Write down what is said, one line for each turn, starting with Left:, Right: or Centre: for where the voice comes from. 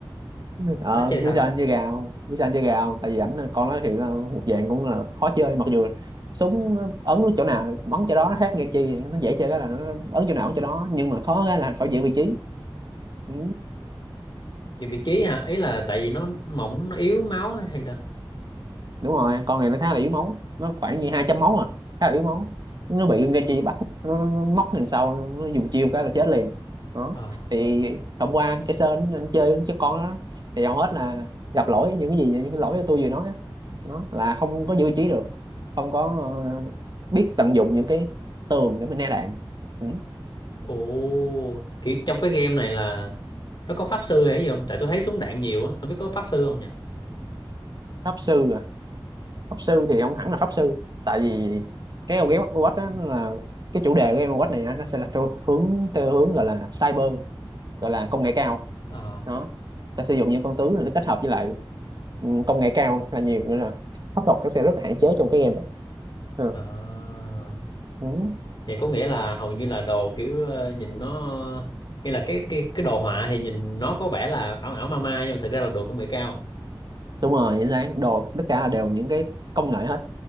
Right: ờ
Left: con nó chơi
Right: biết
Left: sao ta
Right: sao anh chơi gà không biết sao anh chơi gà không tại vì ảnh là- con nói hiện là một dạng cũng là khó chơi mặc dù là súng nó ấn chỗ nào bắn chỗ đó nó khác nghe chi nó dễ chơi cái là nó ấn chỗ nào ấn chỗ đó nhưng mà khó cái là phải giữ vị trí ừ.
Left: dùng vị trí hả ý là tại vì nó mỏng nó yếu máu hay, hay sao
Right: đúng rồi con này nó khá là yếu máu nó khoảng như 200 máu à khá là yếu máu nó bị Genji bắt nó, nó, nó móc đằng sau nó dùng chiêu cái là chết liền đó
Left: ờ
Right: thì hôm qua anh cái sơn anh chơi với con đó thì hầu hết là gặp lỗi những cái gì những cái lỗi mà tôi vừa nói á. đó là không có giữ vị trí được không có ờ, biết tận dụng những cái tường để mình né đạn ừ.
Left: ồ kiểu trong cái game này là nó có pháp sư hay gì không tại tôi thấy súng đạn nhiều á không biết có pháp sư không nhỉ
Right: pháp sư à pháp sư thì không hẳn là pháp sư tại vì cái game Overwatch đó nó là cái chủ đề của game Overwatch này á, nó sẽ là theo hướng theo hướng gọi là cyber gọi là công nghệ cao
Left: ờ
Right: đó sẽ sử dụng những con tướng này nó kết hợp với lại ừ, công nghệ cao là nhiều nữa là pháp thuật nó sẽ rất là hạn chế trong cái game này ừ.
Left: à.
Right: Ừ.
Left: Vậy có nghĩa là hầu như là đồ kiểu ờ, nhìn nó nghĩa là cái cái cái đồ họa thì nhìn nó có vẻ là ảo ảo ma ma nhưng mà thực ra là đồ công nghệ cao.
Right: đúng rồi chính xác đồ tất cả là đều những cái công nghệ hết